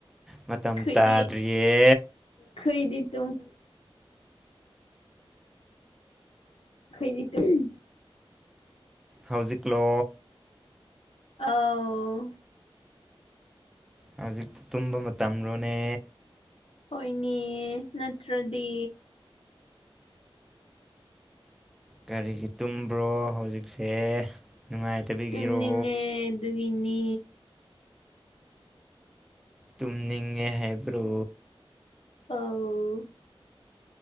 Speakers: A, in the centre; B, on the left.
A: ꯃꯇꯝ
B: ꯈꯣꯏꯗꯤ
A: ꯇꯥꯗ꯭ꯔꯤꯌꯦ
B: ꯈꯣꯏꯗꯤ ꯇꯨꯡ <unintelligible>
A: ꯍꯧꯖꯤꯛꯂꯣ
B: ꯑꯧ
A: ꯍꯧꯖꯤꯛ ꯇꯨꯝꯕ ꯃꯇꯝꯔꯣꯅꯦ
B: ꯍꯣꯏꯅꯦ ꯅꯠꯇ꯭ꯔꯗꯤ
A: ꯀꯥꯔꯤꯒꯤ ꯇꯨꯝꯕ꯭ꯔꯣ ꯍꯧꯖꯤꯛꯁꯦ ꯅꯨꯡꯉꯥꯏꯇꯕꯤꯒꯤꯔꯣ
B: ꯇꯨꯝꯅꯤꯡꯉꯦ ꯑꯗꯨꯒꯤꯅꯤ
A: ꯇꯨꯝꯅꯤꯡꯉꯦ ꯍꯥꯏꯕ꯭ꯔꯣ
B: ꯑꯧ